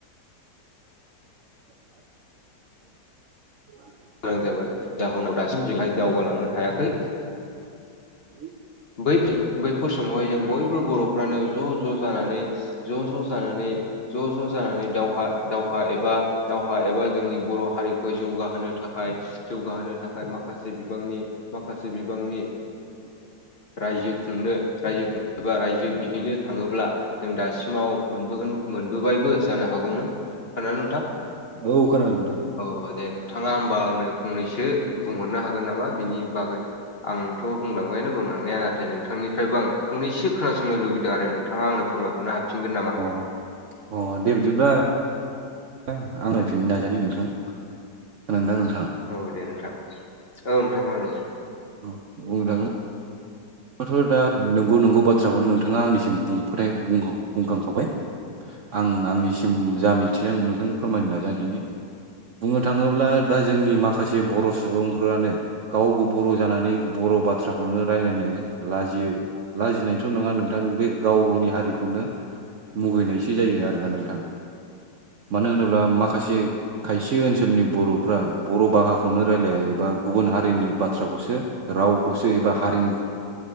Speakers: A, on the right; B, on the left.
A: <inaudible> <unintelligible>
B: मोां जाबाय जाहनाव दासिम जोंहाय दावगालांनो हायाखै।
A: <unintelligible>
B: बै बैफोर समावहाय जों बयबो बर'फ्रानो ज' ज' जानानै ज' ज' जानानै ज' ज' जानानै दावहा दावहा एबा दावहा एबा जोंनि बर' हारिखौ जौगाहोनो थाखाय जौगाहोनो थाखाय माखासे बिबांनि माखासे बिबांनि
A: <inaudible>
B: रायजो खुंनो राय खुंनो एबा रायजो बिहैनो थाङोब्ला जों दासिमाव मोनबोगोन मोनबोबायबो जानो हागौमोन खोना नोंथां
A: औखोनानो मोनथां
B: अ दे नोंथाङा होमबा आंनो फंनैसो बुंहरनो हागोन नामा बिनि बागै आंथ' बुंलांबायानो बुं नाया नाथाय नोंथांनिफ्रायबो आं फंनैसोोनासंनो लुगैदों आरो नोंथाङा आंनो फोरमायहरनो हाफिनगोन नामा?
A: अ अ दे बिदिब्ला आं नायफिननो नाजानि नोंथां खोनादों ना नोंथाङा?
B: औ दे नोंथां औ नोंथां आरो दे
A: औ बुंजागोन <unintelligible> दा नंगौ नंगौ बाथ्राखौनो नोंथाङा आंनिसिम फ्राय बुंखां बुंखांखाबाय। आं आंनिसिम जा मिथियो आं नोंथांनो फोरमायनो नाजा दिनि। बुंनो थाङोब्ला दा जोंनि माखासे बर' सुबुंफोरानो गावबो बर' जानानै बर' बाथ्राखौनो रायजलायनो लाजियो लाजिनायथ' नङा नोंथां बे गाव गावनि हारिखौनो मुगैनायसो जायो आरोना नोंथां मानो होनोब्ला माखासे खायसे ओनसोलनि बर'फ्रा बर' भाखौनो रायलाया एबा गुबुन हारिनि बाथ्राखौसो रावखौसो एबा हारिमु